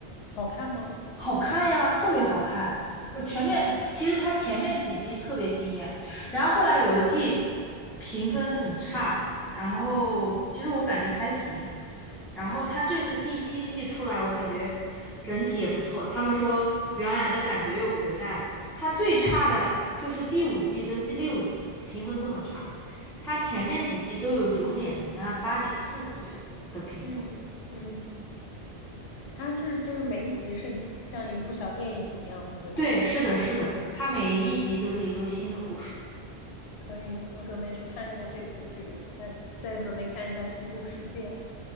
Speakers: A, on the left; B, in the centre.
A: 好看吗？
B: 好看呀，特别好看。我前面其实他前面几季特别惊艳，
A: 嗯
B: 然后后来有一季评分很差，然后其实我感觉还行。然后他这次第七季出来，我感觉整体也不错。他们说原来的感觉又回来了。他最差的就是第五季跟第六季评分都很差，他前面几季都有九点零啊、八点四左右的评分。
A: 嗯嗯。它是就是每一集是一像一部小电影一样的，对吧？
B: 对，是的，是的，他每一集都是一个新的故事。
A: 可以，我准备去看一下这部剧，那再准备看一下《西部世界》。